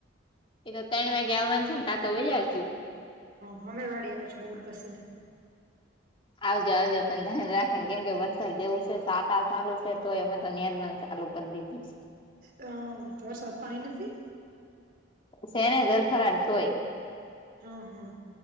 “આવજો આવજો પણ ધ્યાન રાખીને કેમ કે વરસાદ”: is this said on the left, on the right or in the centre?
Left